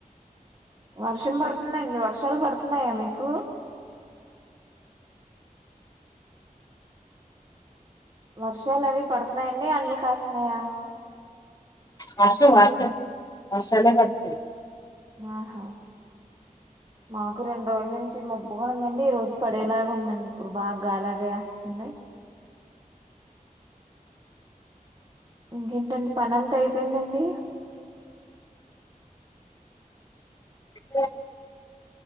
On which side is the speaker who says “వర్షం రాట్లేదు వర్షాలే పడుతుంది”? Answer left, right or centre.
Left